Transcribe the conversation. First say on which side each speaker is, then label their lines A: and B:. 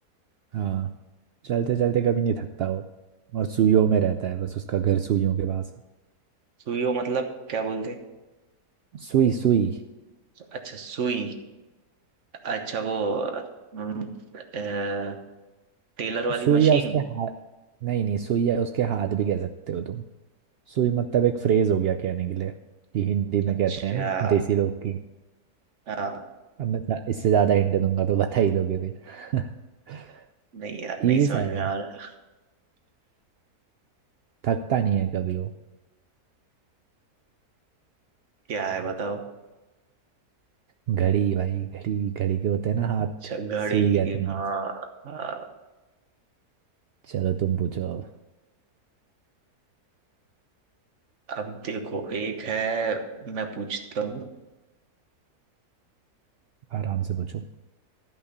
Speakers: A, on the right (about 85°); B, on the right (about 55°).
A: हाँ चलते चलते कभी नहीं थकता हो और सुइयों में रहता है बस उसका घर सुइयों के पास है
B: सुइयों मतलब क्या बोलते हैं
A: सुई सुई
B: अच्छा सुई अच्छा वो हम्म, अ, टेलर वाली
A: सुई
B: मशीन
A: या उसके हाथ नहीं नहीं सुई या उसके हाथ भी कह सकते हो तुम सुई मतलब एक फ्रेज हो गया कहने के लिए कि हिंदी में
B: अच्छा
A: कहते हैं ना देसी लोग की
B: हाँ
A: अब मैं ज्या- इससे ज्यादा हिंट दूंगा तो बता ही दोगे फिर <laughs>
B: नहीं यार नहीं
A: इजी
B: समझ
A: सा है
B: में
A: भाई
B: आ रहा
A: थकता नहीं है कभी वो
B: क्या है बताओ
A: घड़ी भाई घड़ी घड़ी के होते हैं ना हाथ
B: अच्छा घड़ी
A: सुई कहते हैं
B: हाँ हाँ
A: चलो तुम पूछो अब
B: अब देखो एक है मैं पूछता हूँ
A: आराम से पूछो